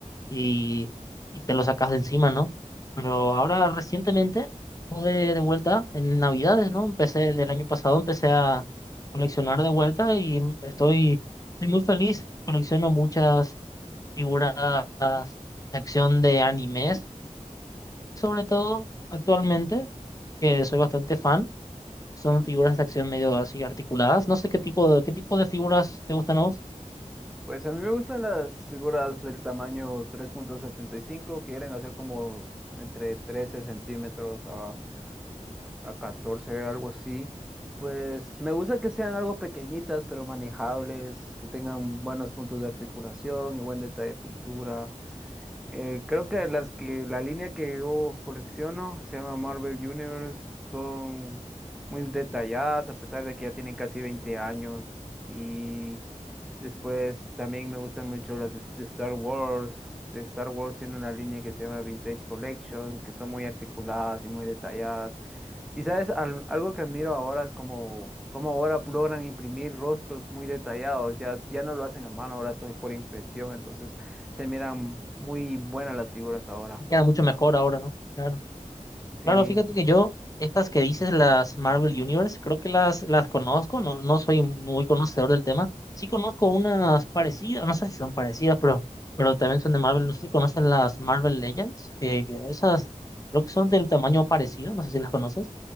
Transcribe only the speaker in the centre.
Pues a mí me gustan las figuras del tamaño tres punto setenta y cinco que quieren hacer como entre 13 centímetros a a catorce algo así. Pues me gusta que sean algo pequeñitas, pero manejables, que tengan buenos puntos de articulación y buen detalle de pintura. Eh, creo que las que la línea que yo colecciono se llama Marvel Universe, son muy detalladas a pesar de que ya tienen casi veinte años y después también me gustan mucho las de de Star Wars. De Star Wars tiene una línea que se llama Vintage Collection, que son muy articuladas y muy detalladas. Y sabes, Al- algo que admiro ahora es como, como ahora logran imprimir rostros muy detallados, ya, ya no lo hacen a mano, ahora soy por impresión, entonces se miran muy buenas las figuras ahora.
Sí,